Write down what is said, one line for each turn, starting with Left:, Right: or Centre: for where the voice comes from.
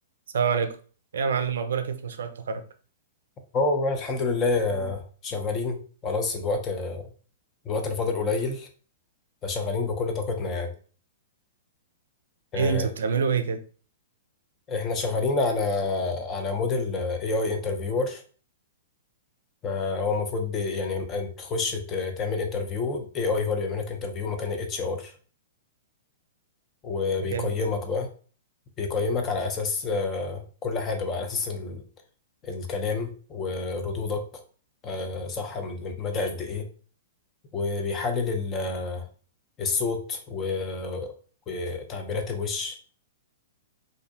Right: السلام عليكم إيه يا معلم اخبارك ايه في مشروع التخرج
Left: اه والله الحمد لله آه، شغالين خلاص الوقت الوقت اللي فاضل قليل فشغالين بكل طاقتنا يعني آه،
Right: ايه انتوا بتعملوا ايه كده
Left: احنا شغالين على على موديل اي اي انترفيور فهو المفروض ب- يعني تخش ت- تعمل انترفيو اي اي هو اللي بيعمل لك انترفيو مكان الاتش ار وبيقيمك
Right: ده جامد ده
Left: بقى بيقيمك على اساس آه، كل حاجة بقى على اساس ال- الكلام وردودك آه، صح من مدى قد ايه وبيحلل الصوت و... وتعبيرات الوش